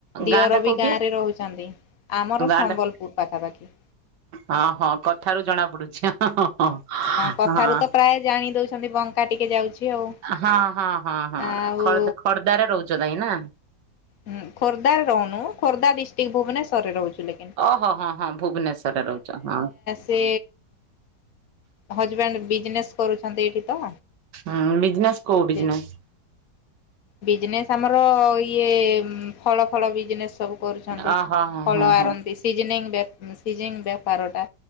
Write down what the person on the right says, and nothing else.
ଗାଁ ଟା
କୋଉଠି?
ଗାଁ
ଟା
ହଁ ହଁ କଥାରୁ ଜଣା ପଡୁଛି ହଁ ହଁ ହଁ ହଁ
ହଁ।
ହଁ ହଁ ହଁ ହଁ
ଖୋର୍ଦ୍ଧା ଖୋର୍ଦ୍ଧାରେ ରହୁଛ ନାଇଁ ନା।
ଓହୋ ହଁ ହଁ ଭୁବନେଶ୍ୱରରେ ରହୁଛ ହଁ।
ହୁଁ ବିଜନେସ୍ କୋଉ ବିଜନେସ୍।
ଅ ହ ହଁ